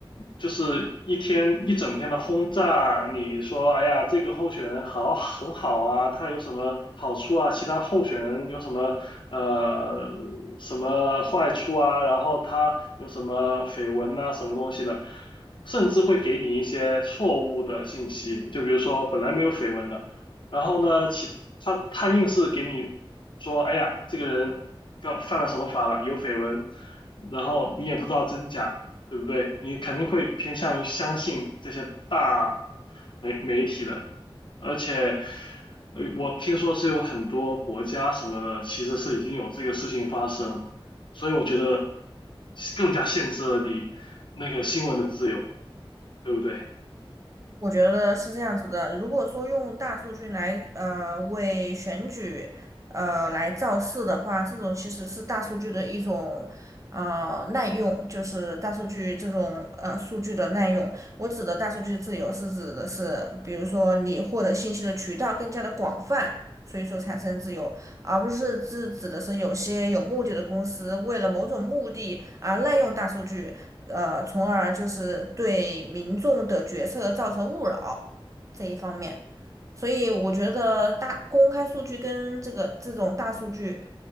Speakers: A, on the left (about 60°); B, on the right (about 35°).
A: 就是一天一整天的轰炸，你说，哎呀，这个候选人好很好啊，他有什么好处啊？其他候选人有什么呃什么坏处啊？然后他有什么绯闻呐，什么东西的，甚至会给你一些错误的信息，就比如说本来没有绯闻的。然后呢，其他他硬是给你说，哎呀，这个人刚犯了什么法了，有绯闻，然后你也不知道真假，对不对？你肯定会偏向于相信这些大媒媒体的，而且，呃，我听说是有很多国家什么的，其实是已经有这个事情发生了所以我觉得更加限制了你那个新闻的自由，对不对？
B: 我觉得是这样子的，如果说用大数据来呃为选举呃来造势的话，这种其实是大数据的一种呃滥用，就是大数据这种呃数据的滥用。我指的大数据自由是指的是，比如说你获得信息的渠道更加的广泛，所以说产生自由。而不是指指的是有些有目的的公司为了某种目的而滥用大数据，呃，从而就是对民众的决策造成误扰这一方面。所以我觉得大公开数据跟这个这种大数据。